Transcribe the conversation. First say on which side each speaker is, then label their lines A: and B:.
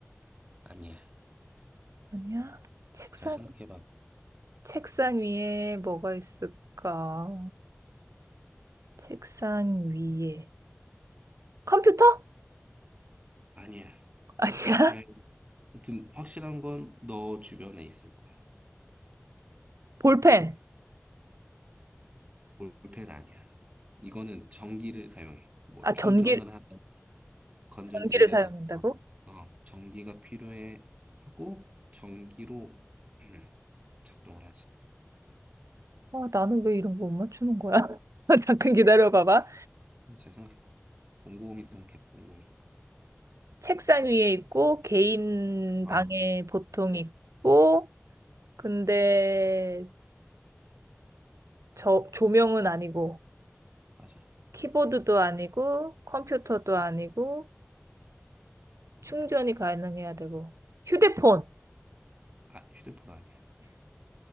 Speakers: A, on the right; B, on the right.
A: 아니야.
B: 아니야. 책상
A: 잘 생각해봐.
B: 책상 위에 뭐가 있을까? 책상 위에 컴퓨터?
A: 아니야.
B: <laughs> 아니야.
A: 잘, 아무튼 확실한 건 너 주변에 있을 거야.
B: 볼펜.
A: 볼펜 아니야. 이거는 전기를 사용해. 뭐
B: 아,
A: 충전을
B: 전기
A: 하든 건전지를
B: 전기를 사용한다고?
A: 넣던 어, 전기가 필요해 하고 전기로 음, 작동을 하지.
B: 아, 나는 왜 이런 거 못 맞추는 거야? <laughs> 잠깐 기다려 봐봐.
A: 잘 생각해봐. 곰곰이 생각해봐. 곰곰이.
B: 책상 위에 있고 개인
A: 어,
B: 방에 보통 있고 근데 저 조명은 아니고
A: 맞아.
B: 키보드도 아니고 컴퓨터도 아니고 충전이 가능해야 되고 휴대폰.
A: 아, 휴대폰 아니야.